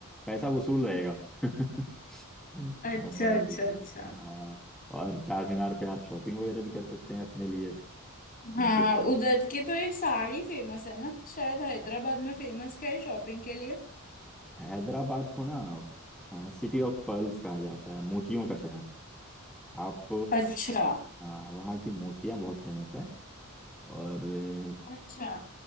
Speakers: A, in the centre; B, on the left.
A: पैसा वसूल रहेगा <laughs>
B: अच्छा
A: और
B: अच्छा अच्छा
A: हाँ और चार मीनार पे आप शॉपिंग वगैरह भी कर सकते हैं अपने लिए क्योंकि
B: हाँ उधर की तो ये साड़ी फेमस है ना शायद हैदराबाद में फेमस क्या है शॉपिंग के लिए
A: हैदराबाद को ना सिटी ऑफ पर्ल्स कहा जाता है मोतियों का शहर आप
B: अच्छा
A: हाँ, वहाँ की मोतियाँ बहुत फेमस है और अ,
B: अच्छा